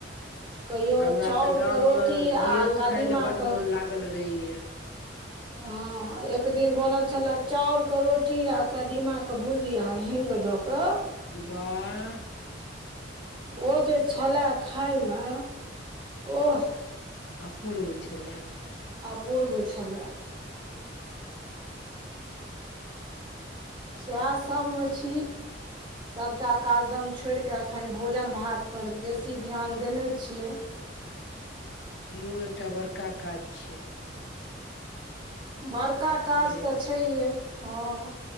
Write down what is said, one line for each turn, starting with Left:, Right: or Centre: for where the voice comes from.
Right: कहियो
Left: हमरा
Right: चाउरके
Left: त गाममे
Right: रोटी आ
Left: घेरो
Right: कदीमाके
Left: खाय लेल बड मोन लागल रहैए।
Right: हँ एक दिन बनल छले चाउर के रोटी आ कदीमा के भुजिया हि हिंग द क।
Left: वाह।
Right: ओ जे छले खायमे ओह
Left: अपूर्व छले।
Right: अपूर्व छलए।
Left: <inaudible>
Right: सएह सभमे छी। सभटा काजदम छोड़ कऽ एखन भोजन भात पर बेसी ध्यान देने छियै।
Left: इहो एकटा बड़का काज छिये।
Right: बड़का काज
Left: लेल
Right: तऽ छहये हँ